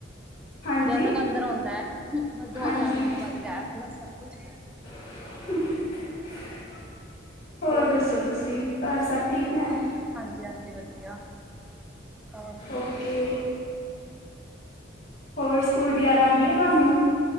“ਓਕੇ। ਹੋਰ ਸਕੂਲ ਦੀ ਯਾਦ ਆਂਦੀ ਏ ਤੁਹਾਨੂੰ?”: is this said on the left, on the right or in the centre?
Left